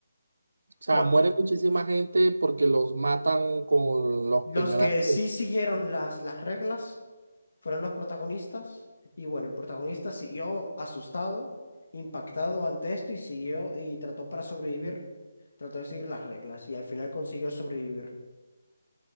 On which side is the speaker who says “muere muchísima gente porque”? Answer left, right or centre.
Right